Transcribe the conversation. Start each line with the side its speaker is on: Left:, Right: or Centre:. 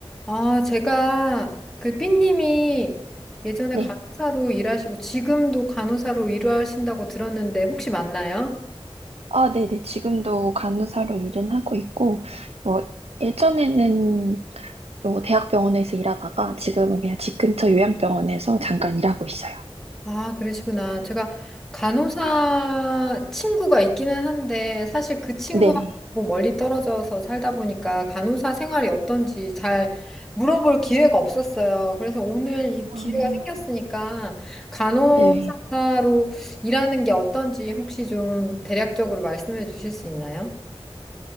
Centre: 아, 제가 그 삐님이 예전에
Right: 네.
Centre: 간호사로 일하시고 지금도 간호사로 일하신다고 들었는데 혹시 맞나요?
Right: 아, 네네. 지금도 간호사로 일은 하고 있고, 뭐, 예전에는 뭐 대학병원에서 일하다가 지금은 그냥 집 근처 요양병원에서 잠깐 일하고 있어요.
Centre: 아, 그러시구나. 제가 간호사 친구가 있기는 한데 사실 그 친구하고
Right: 네.
Centre: 멀리 떨어져서 살다 보니까 간호사 생활이 어떤지 잘 물어볼 기회가 없었어요. 그래서 오늘 이 기회가
Right: 음,
Centre: 생겼으니까 간호사로
Right: 네.
Centre: 일하는 게 어떤지 혹시 좀 대략적으로 말씀해 주실 수 있나요?